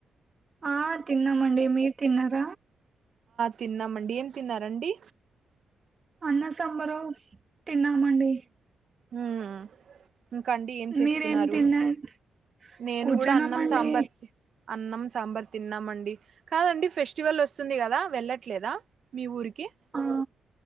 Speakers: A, on the right (about 40°); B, on the right (about 60°).
A: ఆ తిన్నమండి. మీర్ తిన్నార?
B: తిన్నమండి. ఏం తిన్నారండి?
A: అన్నం సాంబారొ తిన్నామండి
B: ఊ హు ఇంక అండి ఏం చేస్తున్నారు?
A: మీరేం తిన్నారు
B: నేను
A: కూర్చున్నామండి
B: గూడ అన్నం సాంబార్ తిన్- అన్నం సాంబార్ తిన్నాం మండి. కాదండి ఫెస్టివల్ వస్తుంది గద? వెళ్ళట్లేద మీ ఊరికి- ఓకే
A: ఆ